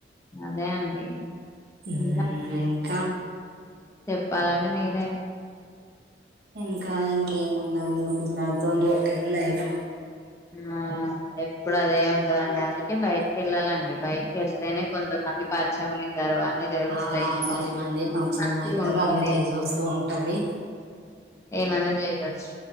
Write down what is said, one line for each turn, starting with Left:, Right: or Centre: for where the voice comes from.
Left: అదే అండి
Right: <inaudible>
Left: ఇంకా
Right: క్క
Left: చెప్పాలండి మీరే
Right: ఇంకా ఇంకేము ఉందండి పిల్లల రోటీన్ ైఫ
Left: ఆ ఎప్పుడు అదే ఉంటదండి అందుకే బయటికి వెళ్ళాలండి బైక్కి వెళ్తేనే కొంతమంది పరిచయం అయితారు అన్ని తెలుస్తాయి
Right: ఆ పది మంది పరిచయం
Left: మంచి
Right: అయితారు
Left: ఉంటంది
Right: అన్ని తెలిసి వస్తూ ఉంటది
Left: ఏమనా చేయవచ్చు